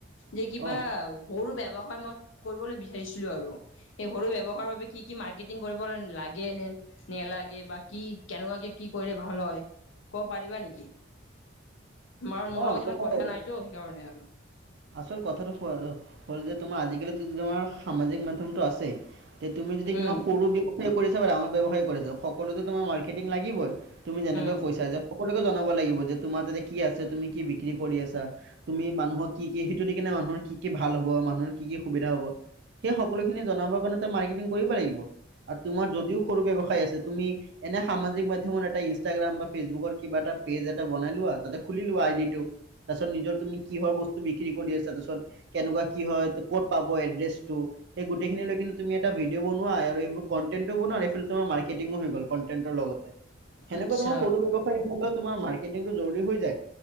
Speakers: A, on the left; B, on the right.
A: যে কিবা-
B: অ',
A: সৰু ব্যৱসায় মই কৰিবলৈ বিচাৰিছিলো আৰু। এই সৰু ব্যৱসায় বাবে কি- কি মাৰ্কেটিং কৰিব লাগে নে নেলাগে বা কি কেনেকুৱাকে কি কৰিলে ভাল হয়। ক'ব পাৰিবা নেকি? মাৰ মোৰ
B: অ',
A: লগত ইমান
B: তোমাৰ
A: পইচা নাইতো সেইকাৰণে আৰু।
B: আচল কথাটো হ'ল যে তোমাৰ আজিকালিতো তোমাৰ সামাজিক মাধ্যমটো আছেই- তে, তুমি যদি
A: উম,
B: কিবা সৰু ব্যৱসায় কৰি আছা বা ডাঙৰ ব্যৱসায়ী কৰি আছা সকলোতে তোমাৰ মাৰ্কেটিং লাগিবই। তুমি যেনেকৈ
A: উম,
B: কৈছা যে- সকলোকে জনাব লাগিব যে তোমাৰ তাতে কি আছে, তুমি কি বিক্ৰী কৰি আছা, তুমি মানুহক- কি কি সেইটো দি কিনে মানুহৰ কি কি ভাল হ'ব, মানুহৰ কি সুবিধা হ'ব- সেই সকলোখিনি জনাব কাৰণে তই মাৰ্কেটিং কৰিব লাগিব আৰু তোমাৰ যদিও সৰু ব্যৱসায় আছে তুমি- এনে সামাজিক মাধ্যমত এটা ইনষ্টাগ্ৰাম বা ফেচবুকৰ কিবা এটা পেজ এটা বনাই লোৱা তাতে খুলি লোৱা আই ডি টো। তাৰপিছত নিজৰ তুমি কিহৰ বস্তু বিক্ৰী কৰি আছা তাৰপিছত কেনেকুৱা কি হয়, ক'ত পাব এড্ৰেছটো সেই গোটেই খিনি লৈ কিনি তুমি এটা ভিডিঅ' বনোৱা আৰু এইবোৰ কনটেনটো বনোৱা এই ফালে তোমাৰ মাৰ্কেটিংও হৈ গ'ল কন্টেন্টৰ লগতে। সেনেকৈ
A: আচ্ছা,
B: তোমাৰ সৰু ব্যৱ হায় হলো তোমাৰ মাৰ্কেটিংটো জল্দি হৈ যায়